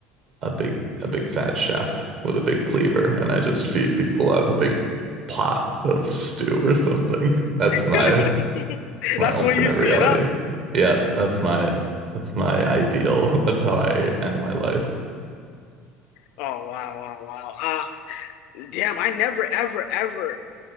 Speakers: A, on the right (about 50°); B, on the left (about 65°).
A: a big a big fat chef with a big cleaver, and I just feed people out of a big pot of stew or something. <laughs> That's my
B: <laughs>
A: my
B: that's
A: alternate
B: the way you see
A: reality.
B: it up.
A: Yeah, that's my that's my ideal. That's how I end my life.
B: Oh wow, wow, wow. Uh, damn, I never, ever, ever